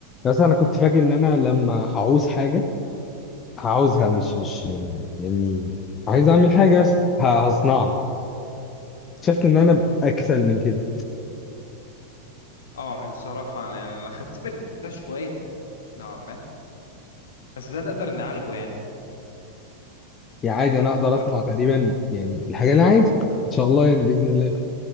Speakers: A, on the left; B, on the left.
A: بس انا كنت فاكر ان انا لما هعوز حاجه هعوزها مش مش يعني عايز اعمل حاجه بس ه- هصنعها اكتشفت ان انا اكسل من كده
B: اه يعني الصراحة أنا يعني أنا خدت بالي من ده شوية نوعا ما بس ده نقدر نعالجه يعني
A: يعني عادي انا اقدر
B: على
A: اصنع
B: الوقت
A: تقريبا
B: إن
A: يعني الحاجه اللي انا عايزها ان شاء الله يعني باذن الله